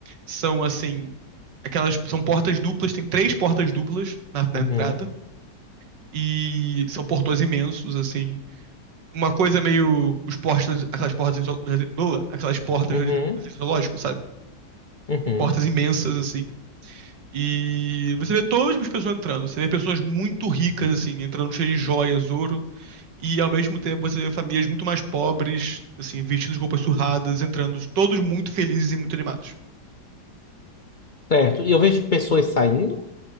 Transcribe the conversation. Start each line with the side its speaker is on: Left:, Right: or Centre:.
Right: são, assim, aquelas, são portas duplas, tem três portas duplas na, na
Left: Uhum.
Right: entrada. E são portões imensos, assim, uma coisa meio os portas, aquelas portas, do- do- aquelas portas
Left: Uhum.
Right: do do zoológico, sabe?
Left: Uhum.
Right: Portas imensas assim. E você vê todo tipo de pessoa entrando. Você vê pessoas muito ricas assim, entrando cheias de joias, ouro, e ao mesmo tempo você vê famílias muito mais pobres, assim, vestidas com roupas surradas, entrando todos muito felizes e muito animados.
Left: Certo. E eu vejo pessoas saindo?